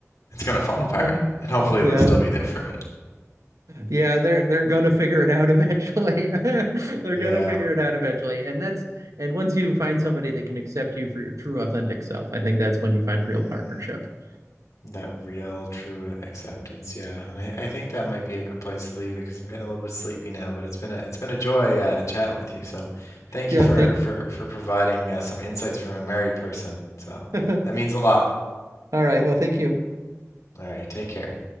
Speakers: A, on the left; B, on the right.
A: it's gonna fall apart,
B: Yeah.
A: and hopefully
B: Yeah.
A: they'll still be there for it.
B: Yeah, they're they're gonna figure it out eventually. <laughs> They're
A: Yeah.
B: gonna figure it out eventually. And that's and once you find somebody that can accept you for your true authentic self, I think that's when you find
A: Mm,
B: real partnership. <laughs>
A: that real true acceptance, yeah. And I, I think that might be a good place to leave it because I'm getting a little bit sleepy now, but it's been a it's been a joy uh, chatting with you. So thank
B: Yeah,
A: you for
B: thank.
A: for for providing uh, some insights from a married person. So
B: <laughs> All
A: that means a lot.
B: all right. Well, thank you.
A: All right, take care.